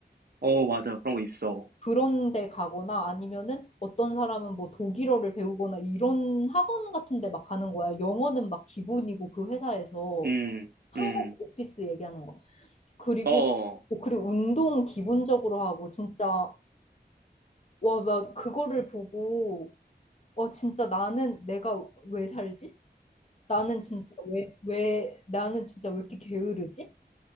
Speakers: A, on the right; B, on the left.
A: 어, 맞아. 그런 거 있어.
B: 그런 데 가거나 아니면은 어떤 사람은 뭐 독일어를 배우거나 이런 학원 같은 데 막 가는 거야. 영어는 막 기본이고 그 회사에서
A: 음,
B: 한국
A: 음,
B: 오피스 얘기하는 거. 그리고
A: 어, 어.
B: 뭐 그리고 운동 기본적으로 하고 진짜 와, 나 그거를 보고 와 진짜 나는 내가 왜 살지? 나는 진짜 왜, 왜 나는 진짜 왜 이렇게 게으르지?